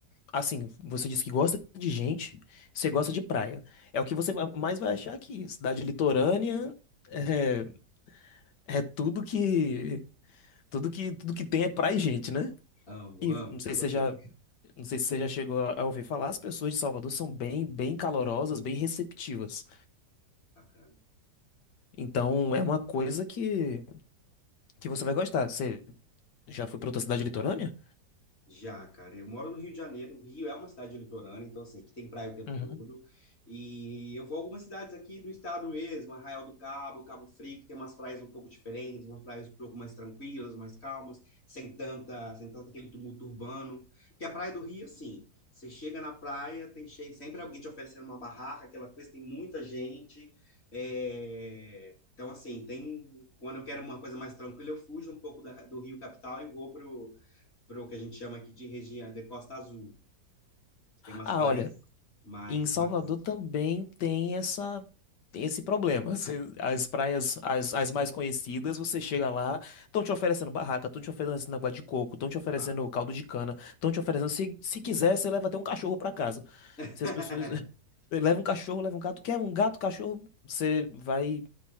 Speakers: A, on the left; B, on the left.
A: assim, você disse que gosta de gente, você gosta de praia. É o que você vai- mais vai achar aqui. Cidade litorânea é, é tudo que tudo que tudo que tem é praia e gente, né?
B: amo,
A: E
B: amo,
A: não sei
B: já gostei.
A: se você já Não sei se você já chegou a a ouvir falar, as pessoas de Salvador são bem, bem calorosas, bem receptivas.
B: Bacana.
A: Então é uma coisa que, que você vai gostar. Você já foi para outra cidade litorânea?
B: Já, cara, eu moro no Rio de Janeiro. O Rio é uma cidade litorânea, então assim, aqui tem praia o tempo
A: Uhum.
B: todo. E eu vou a algumas cidades aqui do estado mesmo, Arraial do Cabo, Cabo Frio, que tem umas praias um pouco diferentes, umas praias um pouco mais tranquilas, mais calmas, sem tanta, sem tanto aquele tumulto urbano. Porque a praia do Rio, assim, você chega na praia, tem cheio, sempre alguém te oferecendo uma barraca, aquela coisa, tem muita gente. é, Então, assim, tem. Quando eu quero uma coisa mais tranquila, eu fujo um pouco da- do Rio Capital e vou para para o que a gente chama aqui de região de Costa Azul. Tem umas
A: Ah,
B: praias
A: olha,
B: mais
A: E em Salvador
B: bacanas.
A: também tem essa esse problema. Você- As praias, as, as mais conhecidas, você chega lá, estão te oferecendo barraca, estão te oferecendo água de coco, estão te oferecendo
B: Ah,
A: caldo de cana, estão te oferecendo. Se, se quiser, você leva até um cachorro para casa.
B: <laughs>
A: Se as pessoas. <laughs> Leva um cachorro, leva um gato. Quer um gato, cachorro? Você vai,